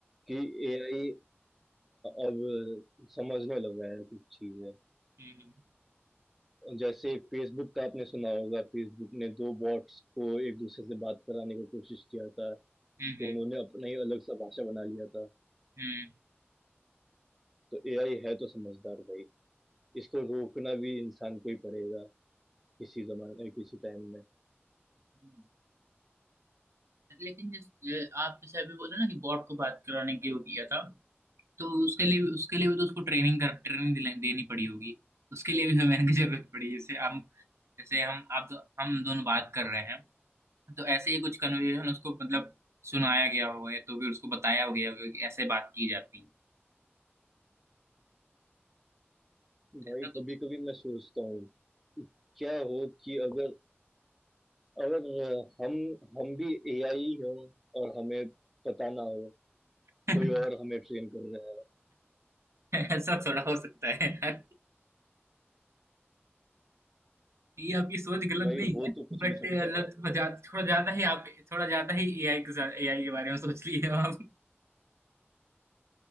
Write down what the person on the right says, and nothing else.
हम्म
हम्म
हम्म
हम्म। लेकिन जैसे आप जैसे अभी बोले ना कि बॉट को बात कराने के लिए किया था तो उसके लिए भी उसके लिए भी तो उसको ट्रेनिंग कर ट्रेनिंग दिला देनी पड़ी होगी उसके लिए भी हमें <laughs> की जरूरत पड़ी जैसे हम जैसे हम आप दो, हम दोनों बात कर रहे हैं तो ऐसे ही कुछ कन्वर्सेशन उसको मतलब सुनाया गया होगा या तो फिर उसको बताया गया होगा कि ऐसे बात की जाती है
ऐसा कुछ
हम्म।
<laughs> ऐसा थोड़ा हो सकता है यार, ये आपकी सोच गलत
नहीं
है
बट
मतलब
थोड़ा ज्यादा थोड़ा ज्यादा ही आप थोड़ा ज्यादा ही एआई के साथ एआई के बारे में सोच लिए हो आप